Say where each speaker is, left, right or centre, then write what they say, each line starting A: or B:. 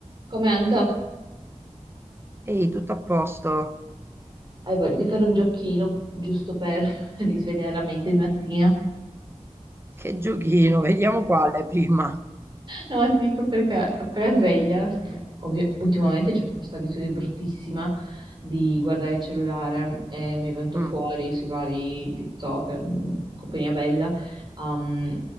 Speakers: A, on the right; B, on the right.
A: Come Anto?
B: Ehi, tutto a posto?
A: Hai voglia di fare un giochino, giusto per <laughs> risvegliare la mente di mattina?
B: Che giochino, vediamo quale prima.
A: No, ma ti dico perché appena sveglia, sai che ovvia- ultimamente c'ho proprio questa abitudine bruttissima di guardare il cellulare e mi è venuto
B: Mm,
A: fuori sui vari TikTok, mm, compagnia bella, um,